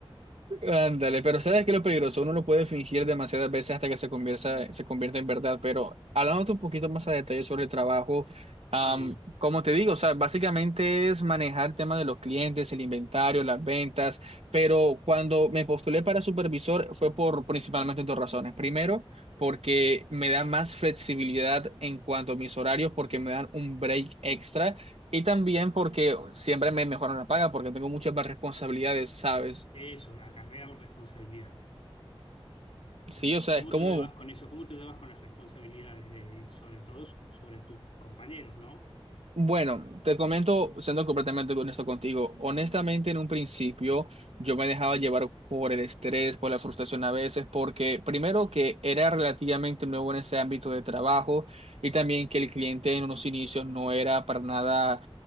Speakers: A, on the right; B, on the left.
A: Ándale, pero ¿sabes qué es lo peligroso? Uno lo puede fingir demasiadas veces hasta que se convierta, se convierta en verdad, pero hablándote un poquito más a detalle sobre el trabajo, am,
B: Eh,
A: como te digo, o sea, básicamente es manejar el tema de los clientes, el inventario, las ventas, pero cuando me postulé para supervisor fue por principalmente dos razones. Primero, porque me da más flexibilidad en cuanto a mis horarios, porque me dan un break extra. Y también porque siempre me mejoran la paga, porque tengo muchas más responsabilidades, ¿sabes?
B: eso, acarrea responsabilidades.
A: Sí, o sea,
B: ¿Cómo
A: es como,
B: te llevas con eso? ¿Cómo te llevas con las responsabilidades de, sobre todo, sobre tus compañeros, ¿no?
A: bueno, te comento, siendo completamente honesto contigo, honestamente en un principio yo me dejaba llevar por el estrés, por la frustración a veces, porque primero que era relativamente nuevo en ese ámbito de trabajo y también que el cliente en unos inicios no era para nada